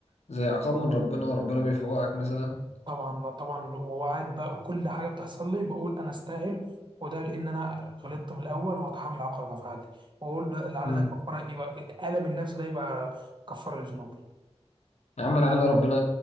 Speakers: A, on the left (about 75°); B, on the right (about 45°).
A: زي عقاب من ربنا وربنا بيفوقك مثلا
B: طبعا لا طبعا وقعد بقى وكل حاجه بتحصل لي بقول انا استاهل وده لان انا غلطت من الاول واتحمل عقاب افعالي واقول ده لعل
A: مم.
B: ده كفاره يبقى الم النفس ده يبقى كفاره لذنوبي
A: يا عم لعل ربنا